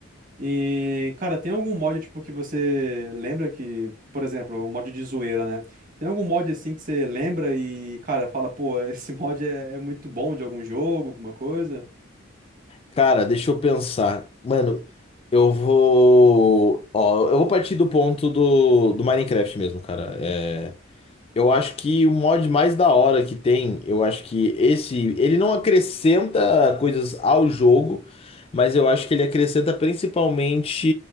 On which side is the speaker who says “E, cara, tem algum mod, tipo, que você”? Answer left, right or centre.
Right